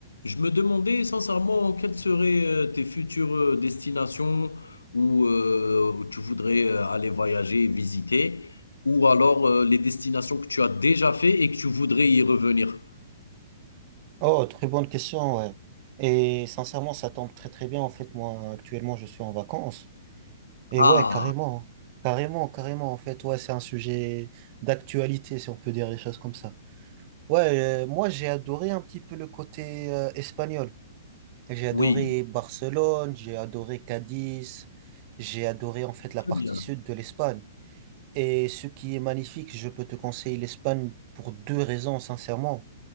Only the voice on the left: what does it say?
Je me demandais sincèrement quelles seraient euh, tes futures euh, destinations où, euh, où tu voudrais euh, aller voyager et visiter, ou alors euh, les destinations que tu as déjà fait et que tu voudrais y revenir.
Ah,
oui,
très
bien.